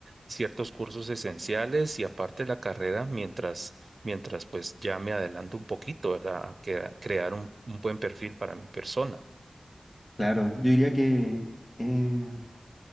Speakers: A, on the right; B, on the left.
A: ciertos cursos esenciales y aparte la carrera mientras, mientras pues ya me adelanto un poquito, ¿verdad? A que- a crear un, un buen perfil para mi persona.
B: Claro, yo diría que eh,